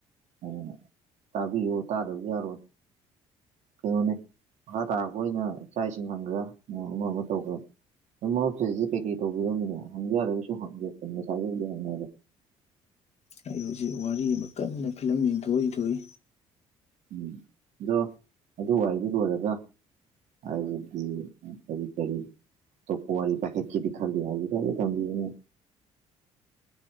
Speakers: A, on the right; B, on the left.
A: ꯎꯝ ꯇꯥꯕꯤꯌꯣ ꯇꯥꯗꯕꯁꯨ ꯌꯥꯔꯣꯏ ꯀꯩꯅꯣꯅꯦ ꯃꯈꯥ ꯇꯥꯔꯛꯄ ꯑꯣꯏꯅ ꯏꯆꯥ ꯏꯁꯤꯡ ꯃꯪꯒꯦꯔ ꯅꯣꯡ ꯑꯃꯥ ꯑꯃꯥ ꯇꯧꯒꯦꯔ ꯄꯨꯝꯅꯃꯛ ꯑꯩ ꯍꯧꯖꯤꯛ ꯀꯩ ꯀꯩ ꯇꯧꯕꯤꯔꯝꯃꯤꯅꯦ ꯍꯪꯕ ꯌꯥꯔꯒꯁꯨ ꯍꯪꯉꯦ ꯉꯁꯥꯏꯗꯩꯕꯨꯗꯤ ꯍꯪꯅꯔꯦ
B: ꯑꯩ ꯍꯧꯖꯤꯛ ꯋꯥꯔꯤ ꯑꯃ ꯀꯟꯅ ꯐꯤꯂꯝ ꯌꯦꯡꯊꯣꯛꯑ ꯏꯊꯣꯛꯏ
A: ꯎꯝ ꯑꯗꯣ ꯑꯗꯨ ꯋꯥꯔꯤꯗꯣ ꯂꯣꯏꯔꯒ ꯍꯥꯏꯕꯗꯤ ꯀꯔꯤ ꯇꯧꯔꯤ ꯑꯇꯣꯞꯄ ꯋꯥꯔꯤ ꯄꯥꯏꯈꯠꯀꯦꯗꯤ ꯈꯟꯂꯤ <unintelligible>